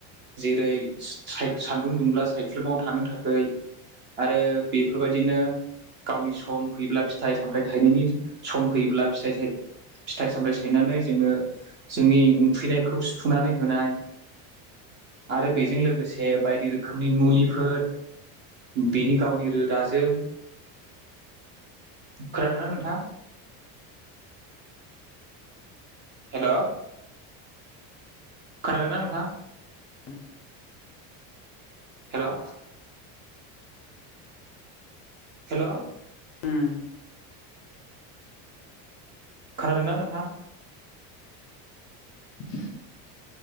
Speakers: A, on the right; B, on the left.
A: जेरै साय सानदुं दुंब्ला सायख्लुमाव थानो थाखै आरो बेफोरबायदिनो गावनि सम फैयोब्ला फिथाइ सामथाय थायनायनि सम फैयोब्ला फिथाइ थाइ फिथाइ सामथाइ सायनानै जोंनो जोंनि उखैनायखौ सुफुंनानै होनाय आरो बेजों लोगोसे बायदि रोखोमनि मुलिफोर बिनि गावनि रोदाजों खोनादों ना नोंथा? हेल' खोनादोंना नोंथां?
B: <inaudible>
A: हेल' हेलौ
B: उम
A: खोनादों ना नोंथां?
B: <inaudible>